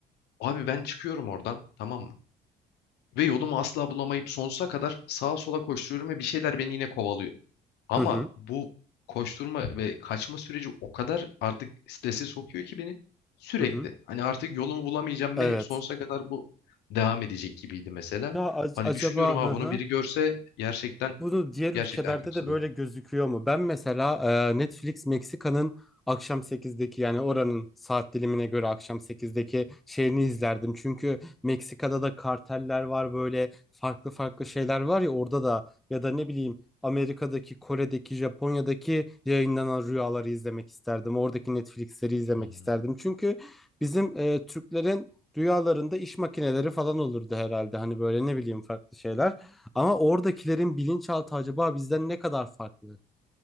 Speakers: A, on the left; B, in the centre.
A: Abi ben çıkıyorum oradan tamam mı? Ve yolumu asla bulamayıp sonsuza kadar sağa sola koşturuyorum ve bir şeyler beni yine kovalıyor. Ama
B: Hı hı.
A: bu koşturma ve kaçma süreci o kadar artık strese sokuyor ki beni sürekli.
B: Hı hı.
A: Hani artık yolumu bulamayacağım
B: Evet.
A: ve sonsuza kadar bu devam edecek gibiydi mesela.
B: Ya ac-
A: Hani
B: acaba
A: düşünüyorum ha
B: hı
A: bunu
B: hı.
A: biri görse gerçekten
B: Bunu diğer
A: gerçekten
B: ülkelerde
A: kötüse
B: de böyle
A: de.
B: gözüküyor mu? Ben mesela e, Netflix Meksika'nın akşam sekizdeki yani oranın saat dilimine göre akşam sekizdeki şeyini izlerdim. Çünkü Meksika'da da karteller var böyle farklı farklı şeyler var ya orada da ya da ne bileyim Amerika'daki, Kore'deki, Japonya'daki yayınlanan rüyaları izlemek isterdim. Oradaki Netflix'leri izlemek
A: Hmm.
B: isterdim. Çünkü bizim e, Türklerin rüyalarında iş makineleri falan olurdu herhalde. Hani böyle ne bileyim farklı şeyler. Ama oradakilerin bilinçaltı acaba bizden ne kadar farklı?